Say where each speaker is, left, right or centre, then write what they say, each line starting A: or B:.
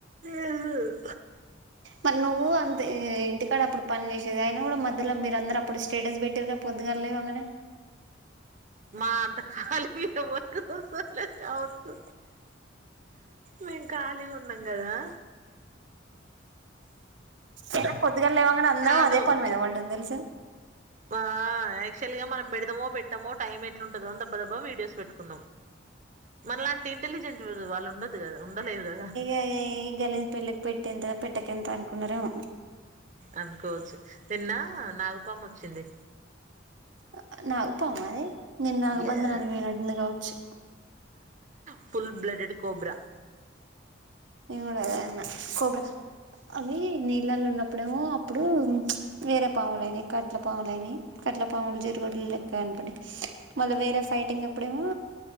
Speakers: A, on the right; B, on the right.
A: ఏం లేదు
B: మరి నువ్వు అంత ఇ ఇంటికాడ అప్పుడు పని చేసేది అయిన కూడా మధ్యలో మీరందరూ అప్పుడు స్టేటస్ పెట్ ట్టిర్రు గా పొద్దుగాల లేవాంగనే
A: మా అంత కాలీగ ఎవ్వర్ గుసోలేదు గావచ్చు మేం ఖాళీగున్నం గదా
B: అదె పొద్దుగాల లేవంగనే అందరం
A: కాదు
B: అదే పని మీద పడ్డం తెలుసా
A: ఆ ఆయాక్చువల్గా మనం పెడదమో పెట్టామో టైం ఎట్లుంటదో దబ్బ దబ్బ వీడియోస్ పెట్టుకు మనలాంటి ఇంటెలిజెంట్ వాళ్ళు ఉందొడ్డు గదా ఉండలేదు కదా
B: ఏ గలిజ్ పెళ్ళకి పెట్టి ఎంత పెట్టక ఎంత అనుకున్నరెమో
A: అనుకోవచ్చు నిన్న నాగపాము వచ్చింది
B: అ నాగు పామా అదీ నిన్న న బంధనానికి
A: ఎస్
B: బోయినట్టుంది గావచ్చు
A: ఫుల్ బ్లడెడ్ కోబ్రా
B: నెంగుడ అదే అన్న కోబ్రా అవి నీళ్ళళ్ళున్నప్పుడేమో అప్పుడు వేరే పాములుయినయి కట్ల పాములయినయి కట్ల పాములు జెర్ గొడ్లు లెక్క కనపడ్డయి మళ్ళ వేరే ఫైటింగ్ అప్పుడేమో